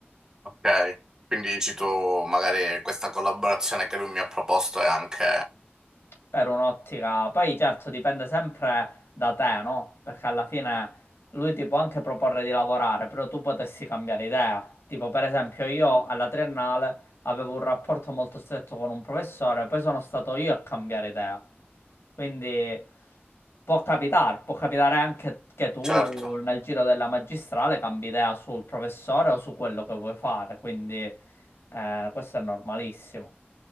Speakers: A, on the right; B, on the left.
A: Ok, quindi dici tu, magari questa collaborazione che lui mi ha proposto è anche...
B: Per un'ottica, poi certo dipende sempre da te, no? Perché alla fine lui ti può anche proporre di lavorare, però tu potessi cambiare idea. Tipo, per esempio, io alla triennale avevo un rapporto molto stretto con un professore, poi sono stato io a cambiare idea. Quindi può capitare, può capitare anche che tu
A: Certo,
B: nel giro della magistrale cambi idea sul professore o su quello che vuoi fare, quindi eh, questo è normalissimo.